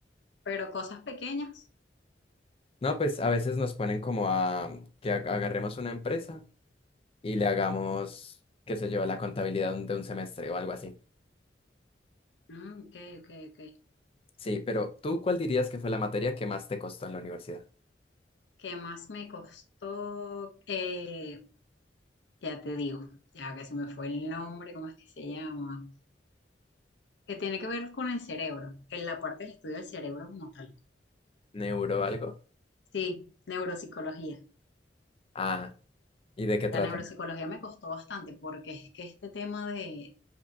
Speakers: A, on the left; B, on the left.
A: Pero cosas pequeñas.
B: No, pues a veces nos ponen como a que ag- agarremos una empresa y le hagamos, qué sé yo, la contabilidad un- de un semestre o algo así.
A: Mm, ok, ok, ok.
B: Sí, pero ¿tú cuál dirías que fue la materia que más te costó en la universidad?
A: ¿Qué más me costó? Eh, ya te digo, ya que se me fue el nombre, ¿cómo es que se llama? Que tiene que ver con el cerebro, en la parte del estudio del cerebro como tal.
B: ¿Neuro algo?
A: Sí, neuropsicología.
B: Ah, ¿y de qué trata?
A: La neuropsicología me costó bastante porque es que este tema de,